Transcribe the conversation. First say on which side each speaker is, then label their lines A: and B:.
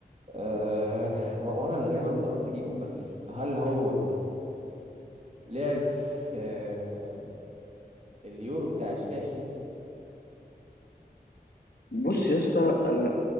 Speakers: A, on the right; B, on the left.
A: أه و- وانا غالبا قربت اجيبه بس هل هو لعب في آه، اليورو بتاع 2020
B: بص يا اسطى انا